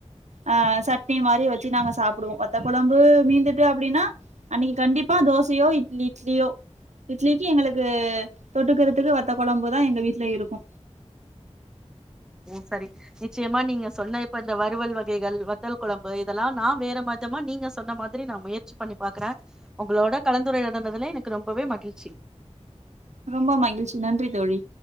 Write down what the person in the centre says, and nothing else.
வு சரி நிச்சயமா நீங்க சொன்ன இப்ப இந்த வறுவல் வகைகள் வத்தல் கொழம்பு இதல்லா நா வேற மார்தாமா நீங்க சொன்ன மாத் ரி நா முயற்சி பண்ணி பாக்குற உங்களோட கலந்துரையாடுனதுல எனக்கு ரொம்பவே மகிழ்ச்சி